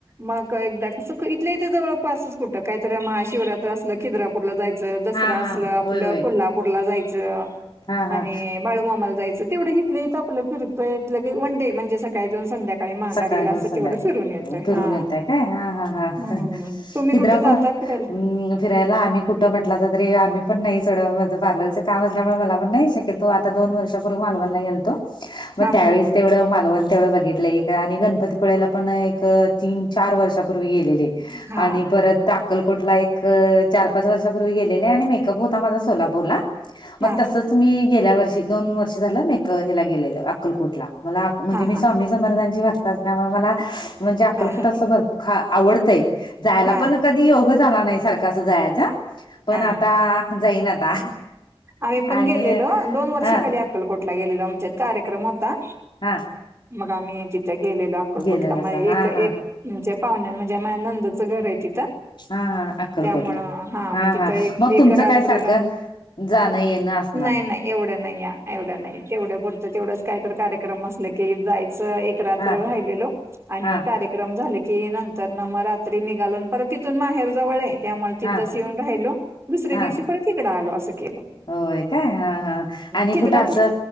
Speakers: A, on the right; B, on the left.
A: मग एकदा कसं इथल्या इथेच जवळपासच कुठं काहीतरी महाशिवरात्र असलं खिद्रापूरला जाय च दसरा
B: हा
A: असलं
B: हा
A: आपलं
B: होय होय
A: कोल्हापूरला जायचं.
B: हा हा
A: आणि बाळूमामाला जायचं तेवढं हि इथल्या इथ आपलं फिरतोय लगेच वंडे म्हणजे सकाळी जाऊन संध्याकाळी माघारीला
B: सकाळी जाऊन
A: असं
B: संध्याकाळी.
A: तेवढं फिरून येतोय
B: फिरून
A: हा
B: येताय काय हा हा हा
A: हम्म तुम्ही
B: खिद्रापूर
A: कुठे जाता फिरायला
B: फिरायला आनि कुठं म्हटलासा तरी आम्ही पण नाही सोडा माझं पार्लर च काम असल्यामुळे मला पण नाही शक्य तो आता दोन वर्षापूर्वी मालवणला गेलतो मग
A: हा
B: त्यावेळेस
A: हा
B: तेवढं मालवण तेवढं बघितलंय आणि गणपती पुळ्याला पण एक तीन चार वर्षापूर्वी गेलेले
A: हा
B: आणि परत त्या अक्कलकोटला एक चार पाच वर्षापूर्वी गेलेले आणि मेक-अप होता माझा सोलापूरला
A: हा
B: मग तसच मी गेल्या वर्षी दोन वर्ष झालं मेक हेला गेलेलं अक्कलकोटला. मला म्हणजे
A: हा
B: मी
A: हा
B: स्वामी समर्थांची भक्त असल्यामुळे मला म्हणजे अक्कलकोट
A: हा हा
B: असं भर खा आवडतंय जायला
A: हा
B: पण कधी योगच आला नाही सारखं अस जायाचा. पण
A: हा
B: आता जाईन आता
A: आम्हीपण
B: आणि
A: गेलेलो, दोन वर्षाखाली
B: हा
A: अक्कलकोटला गेलेलो, आमच्यात कार्यक्रम होता.
B: हा.
A: मग आम्ही तिथं गेलेलो अक्कलकोटला
B: गेलेला अस
A: मग
B: हा
A: एक म्हणजे
B: हा
A: पाहुणे म्हणजे माया नंदचं घर आहे तिथं.
B: हा हा अक्कलकोटला
A: त्यामुळं मग
B: हा
A: तिथं
B: हा
A: एक
B: मग,
A: एक
B: तुमच
A: रात्र
B: काय सारखं
A: राहून
B: जाणं येणं? असणार
A: नाही नाही एवढं नाही या एवढं नाही तेवढं पुरत तेवढच काही तर कार्यक्रम असल की, जायचं एक रात्र
B: हा
A: राहिलेलो आणि
B: हा
A: कार्य क्रम झाले की, नंतर ना मग रात्री निघालो, परत तिथून माहेर जवळ आहे. त्यामुळे तिथंच
B: हा
A: येऊन राहिलो. दुसऱ्या
B: हा
A: दिवशी परत इकडं आलो असं केलो.
B: होय काय? हा हा, आणि
A: खिद्रापूर
B: कुठं असं